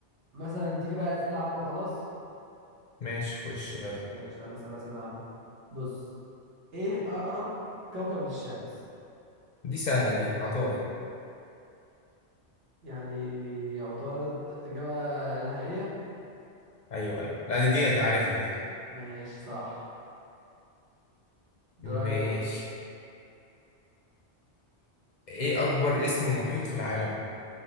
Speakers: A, on the right; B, on the left.
A: مثلا تيجي بقى أسئلة عامة وخلاص
B: ماشي خش يلا
A: ماشي تعالى نسأل أسئلة عامة بص إيه أقرب كوكب للشمس
B: دي سهلة دي عطارد
A: يعني عطارد إجابة نهائية
B: أيوة أيوة لا دي دي, دي عارفها دي
A: ماشي صح دور
B: ماشي
A: عليه
B: إيه أكبر اسم محيط في العالم؟